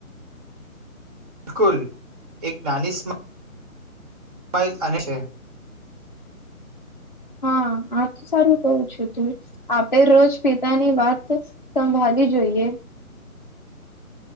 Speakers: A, on the right; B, on the left.
A: બિલકુલ એક નાની સ્માર્ ઇલ અને છે
B: હા આ તો સારું કવું છું તું આપે રોજ પિતાની વાત સંભાળી જોઈએ